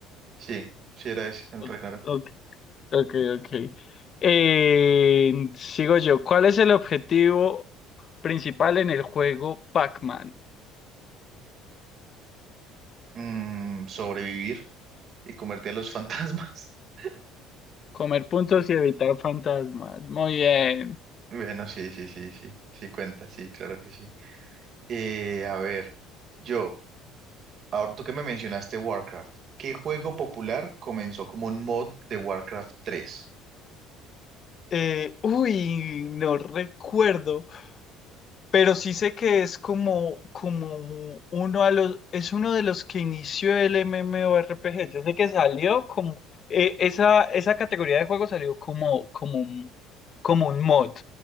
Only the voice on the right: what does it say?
Sí, sí era ese, el
Ragnarok.
Mm, sobrevivir y convertir a los fantasmas. <laughs>
Bueno, sí, sí, sí, sí, sí cuenta, sí, claro que sí. Eh, a ver, yo, ahora tú que me mencionaste Warcraft, ¿qué juego popular comenzó como un mod de Warcraft tres